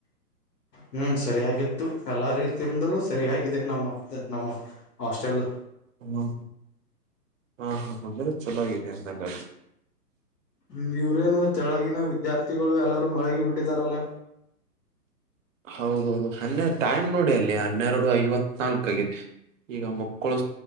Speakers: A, on the left; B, on the right.
A: ಹ್ಮ್ ಸರಿಯಾಗಿತ್ತು ಎಲ್ಲಾ ರೀತಿಯಿಂದಲೂ ಸರಿಯಾಗಿದೆ ನಮ್ಮ ನಮ್ಮ ಹಾಸ್ಟೆಲ್.
B: ಹ್ಮ ಹಾ ಹಾ ಅಂದ್ರೆ ಚನ್ನಾಗಿದೆ ಅಂದಂಗದು.
A: ಹ್ಮ್ ಇವ್ರೇನು ಕೆಳಗಿನ ವಿದ್ಯಾರ್ಥಿಗಳು ಎಲ್ಲಾರೂ ಮಳಗಿ ಬಿಟ್ಟಿದಾರಲ್ಲ.
B: ಹೌದೌದು ಹನ್ನೆ ಟೈಮ್ ನೋಡಿ ಅಲ್ಲಿ ಹನ್ನೆರಡು ಐವತ್ ನಾಲ್ಕ ಆಗಿದೆ ಈಗ ಮಕ್ಕಳ್